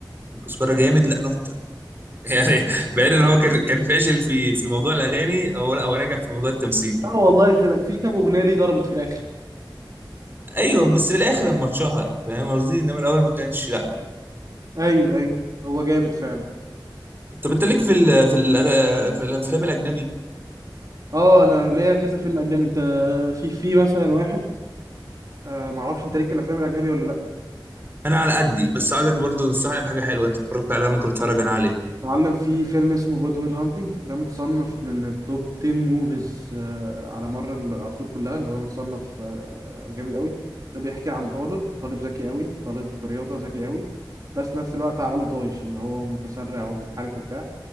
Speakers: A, on the right; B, on the right.
A: كزبره جامد لا نقطه <laughs> يعني بعيد ان هو كان كان فاشل في في موضوع الاغاني هو لا هو نجح في موضوع التمثيل
B: اه والله في في كام اغنيه ليه ضربت في الاخر
A: ايوه بس في الاخر لما اتشهر فاهم قصدي انما الاول ما كانش لا
B: ايوه ايوه هو جامد فعلا
A: طب انت ليك في ال في الأغ- في الافلام الاجنبي
B: اه انا ليا كذا فيلم اجنبي انت في في مثلا واحد آه معرفش انت ليك في الافلام الاجنبي ولا لا
A: انا على قدي بس عايزك برضه تنصحني بحاجه حلوه انت اتفرجت عليها ممكن اتفرج انا عليها
B: يا معلم في فيلم اسمه جود ويل هانتنج ده متصنف من التوب 10 موفيز آه على مر العصور كلها اللي هو متصنف آه جامد قوي ده بيحكي عن طالب طالب ذكي قوي طالب في رياضه ذكي قوي بس نفس الوقت عقله طايش اللي هو متسرع ومنحرف وبتاع